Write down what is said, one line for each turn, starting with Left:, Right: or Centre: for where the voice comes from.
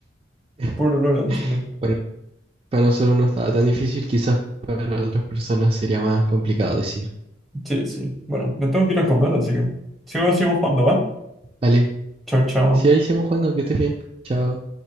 Right: <laughs>
Centre: Puro LOL en Chile.
Right: Bueno, para nosotros no estaba tan difícil, quizás para otras personas sería más complicado decir.
Centre: Sí, sí. Bueno, me tengo que ir a comer, así que. Sigo, sigo jugando, ¿va?
Right: Vale,
Centre: Chao, chao.
Right: si ahí seguimos jugando, que estés bien. Chao.